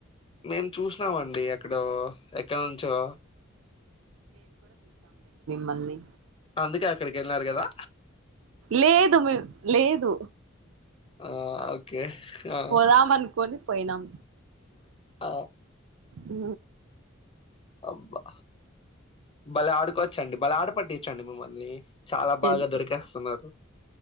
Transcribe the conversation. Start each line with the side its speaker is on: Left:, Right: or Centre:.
Left: మేము చూసినామండి ఎక్కడో ఎక్కడ నుంచో
Right: మల్ళి
Left: అందుకే అక్కడికిళ్ళినారు కదా
Right: లేదు మీ లేదు
Left: ఆ ఓకే ఆ!
Right: పోదాం అనుకని పోయినాం
Left: ఆ
Right: ఊ
Left: అబ్బా బలే ఆడుకోవచ్చండి బళ్లే ఆడ పట్టించండి మిమ్మల్ని చాలా బాగా
Right: ఎన్
Left: దొరికేస్తున్నారు